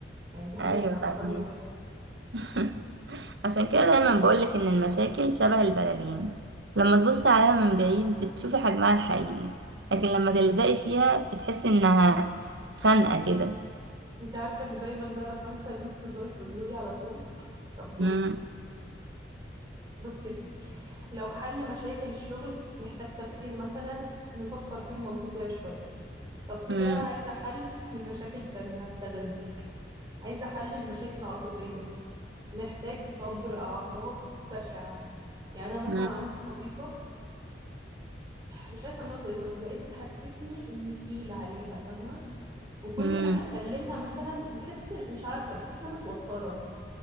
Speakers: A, on the right; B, on the right.
A: يعني دي حاجة
B: أيوة
A: مفرحاني
B: فاهمة
A: بجد
B: <laughs> عشان كده دايما بقولك إن المشاكل شبه البلالين لما تبصي عليها من بعيد بتشوفي حجمها الحقيقي لكن لما تلزقي فيها بتحسي إنها خانقة كده
A: انت عارفة ان دايما ده المثل اللي انت بتفضلي تقوليه لي على طول طب بصي
B: مم،
A: بصي يا ستي لو حل مشاكل الشغل محتاج تفكير مثلا نفكر فيه بمنطقية شوية طب في
B: مم،
A: بقى عايزة حل لمشاكل تانية هستغلك عايزة حل المشاكل العاطفية محتاج صبر أعصاب بشع يعني أنا مثلا
B: مم،
A: عندي صديقة مش عايزه اسميها صديق بس بقيت بتحسسني اني تقيله عليها فاهمه وكل
B: مم،
A: ما هكلمها مثلا بحس مش عارفه بحس انها متوتره